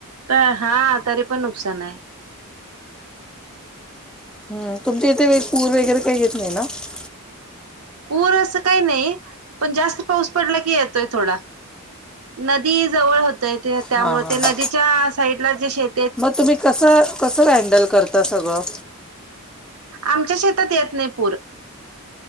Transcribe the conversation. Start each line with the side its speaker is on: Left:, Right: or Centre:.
Right: हा, तरी पण नुकसान आहे.
Centre: हम, तुमच्या इथे पूर वगैरे काही येत नाही ना? <unintelligible>
Right: पूर असं काही नाही, पण जास्त पाऊस पडला की येतोय थोडा. नदी जवळ होतय ते, त्यामुळे
Centre: हां हां
Right: ते
Centre: हां
Right: नदीच्या साईडला जे शेत
Centre: मग तुम्ही कसं कसं हँडल करता सगळं?
Right: आमच्या शेतात येत नाही पूर <unintelligible>